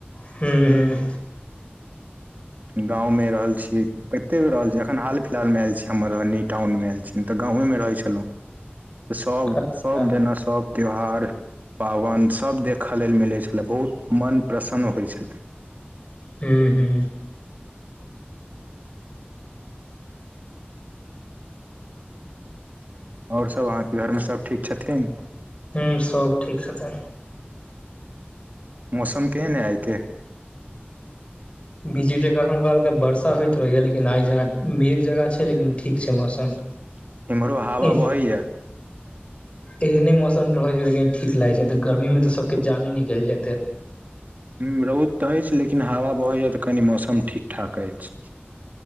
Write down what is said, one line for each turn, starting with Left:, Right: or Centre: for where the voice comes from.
Left: हूँ हूँ।
Right: गाँवमे रहल छियै। कते बेर रहल छी एखन हाल फिलहालमे आयल छी हम मधुबनी टाउनमेयल छी हम तऽ गाँवमे रहै छलौं। तऽ सभ
Left: अच्छा
Right: सभ जेना सब त्यौहार। पाबनि सभ देखयला मिलै छलै बहुत मन प्रसन्न होइ छलै।
Left: हूँ हूँ।
Right: आओर सब अहाँके घरमे सब ठीक छथिन।
Left: हूँ सब ठीक छथिन।
Right: मौसम केहन अइ आइके।
Left: बीच बीच कखनो काल क बर्षा होयइत रहैया लेकिन आई जेना मेघ जेना छै लेकिन ठीक छै मौसम।
Right: सच इम्हरो हावा
Left: एह-
Right: बहै या।
Left: एहने मौसम रहै छै लेकिन ठीक लागै छै तऽ गर्मीमे तऽ सबके जाने निकलि जेतै।
Right: हूँ रौद तऽ अछि लेकिन हवा बहैया तऽ कनि मौसम ठीकठाक अछि।